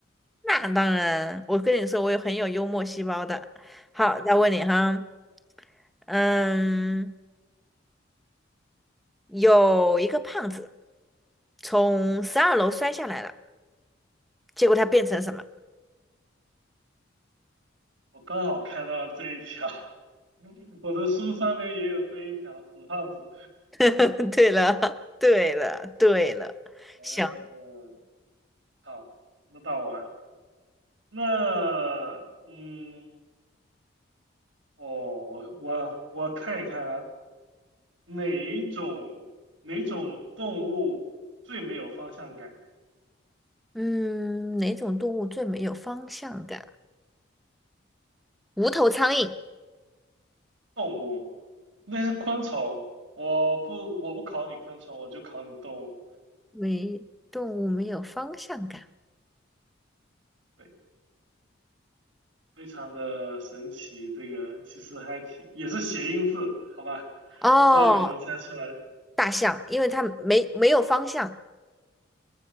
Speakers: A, in the centre; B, on the right.
A: 那当然，我跟你说，我有很有幽默细胞的。好，再问你哈，嗯，有一个胖子从十二楼摔下来了，结果他变成什么？
B: 我刚好看到这一条，<laughs> 我的书上面也有这一条，死胖子。
A: <laughs> 对了，对了，对了，
B: 嗯，
A: 行，
B: 好，那到我了。那，嗯，哦，我我我看一看啊，哪一种哪种动物最没有方向感？
A: 嗯，哪种动物最没有方向感？无头苍蝇。
B: 动物，那是昆虫。我不我不考你昆虫，我就考你动物。
A: 没动物没有方向感。
B: 对。非常的神奇，这个其实还挺，也是谐音字，好吧？
A: 哦，
B: 我不知道你能不能猜出来，
A: 大象，因为它没没有方向，